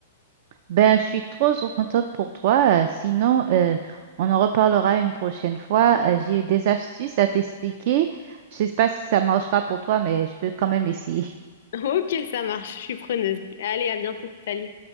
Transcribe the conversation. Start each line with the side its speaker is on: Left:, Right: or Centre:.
Right: Ben, je suis trop contente pour toi. Euh, Sinon, euh, on en reparlera une prochaine fois. Euh, j'ai des astuces à t'expliquer. Je sais pas si ça marchera pour toi, mais je peux quand même essayer.
Left: <laughs> Ok, ça marche, je suis preneuse. Allez, à bientôt, salut.